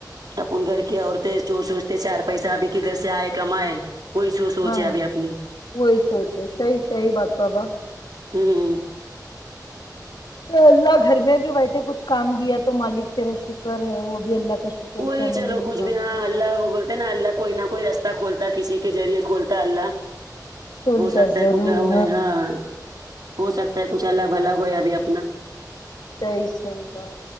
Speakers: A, on the right (about 65°); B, on the left (about 85°).
A: اپن گھر کی عورتیں جوور سوچتے چار پیسہ ابھی کدھر سے آئے کمائے کوئی سو سوچ
B: ہاں
A: ہے ابھی اپنی
B: وہی سوچے صحیح صحیح بات بابا
A: ہوں
B: اللہ گھر میں بھی بیٹھے کچھ کام دیا تو مالک تیرا شکر ہے وہ بھی اللہ کا شکر
A: کوی
B: کریں
A: چلو
B: گے
A: کچھ
B: باپرے
A: بھی ہاں اللہ
B: کچھ
A: ہو
B: نہ
A: نا اللہ کوئی نہ کوئی رستہ کھولتا کسی کے ذریعے کھولتا ہے اللہ
B: کھولتا
A: ہو سکتا
B: ضرور
A: ہے کچھ ہو ہاں ہو سکتا ہے کچھ اللہ بھلا ہوئے ابھی اپنا
B: صحیح صحیح بات